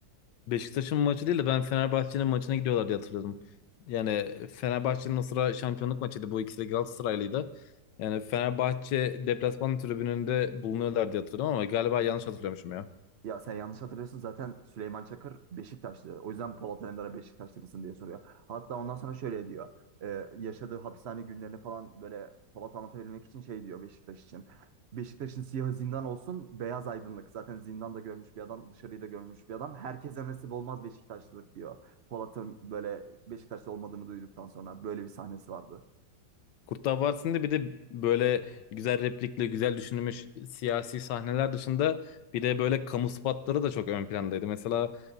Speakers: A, on the left; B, on the right.
A: Beşiktaş'ın maçı değil de ben Fenerbahçe'nin maçına gidiyorlar diye hatırlıyordum. Yani Fenerbahçe'nin o sıra şampiyonluk maçıydı. Bu ikisi de Galatasaraylıydı. Yani Fenerbahçe deplasman tribününde bulunuyorlar diye hatırlıyorum ama galiba yanlış hatırlıyormuşum ya.
B: Ya sen yanlış hatırlıyorsun zaten Süleyman Çakır Beşiktaşlı. O yüzden Polat Alemdar'a Beşiktaşlı mısın diye soruyor. Hatta ondan sonra şöyle diyor. Ee, yaşadığı hapishane günlerini falan böyle Polat anlatabilmek için şey diyor Beşiktaş için. Beşiktaş'ın siyahı zindan olsun, beyaz aydınlık. Zaten zindanda görmüş bir adam, dışarıyı da görmüş bir adam. Herkese nasip olmaz Beşiktaşlılık diyor. Polat'ın böyle Beşiktaşlı olmadığını duyduktan sonra böyle bir sahnesi vardı.
A: Kurtlar Vadisi'nde bir de böyle güzel replikle güzel düşünülmüş siyasi sahneler dışında bir de böyle kamu spotları da çok ön plandaydı. Mesela